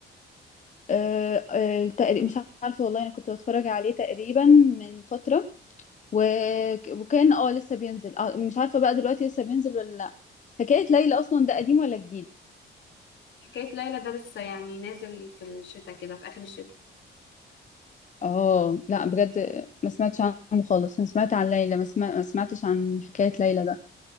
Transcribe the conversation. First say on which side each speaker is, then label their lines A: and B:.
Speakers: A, on the left; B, on the left.
A: آه، آه، تقري- مش عارفه والله انا كنت بتفرج عليه تقريبا من فتره و... وكان اه لسه بينزل آه، مش عارفه بقى دلوقتي لسه بينزل ولا لا حكايه ليلى اصلا ده قديم ولا جديد
B: حكاية ليلى ده لسه يعني نازل في الشتاء كده في آخر الشتاء
A: اه لا بجد ما سمعتش عنه خالص انا سمعت عن ليلى ما, سمع... ما سمعتش عن حكاية ليلى ده